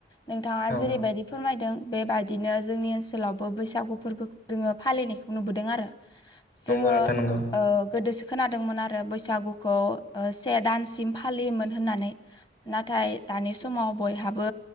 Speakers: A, on the left; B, on the left.
A: नोंथाङा
B: औ
A: जेरैबायदि फोरमायदों बेबायदिनो जोंनि ओनसोल ओनसोलावबो बैसागु फोरबोखौ जोङो फालिनायखौ नुबोदों आरो जोङो
B: नंगौ नोंथां नंगौ
A: ओ गोदोसो खोनादोंमोन आरो बैसागुखौ से दानसिम फालियोमोन होननानै नाथाय दानि समाव बयहाबो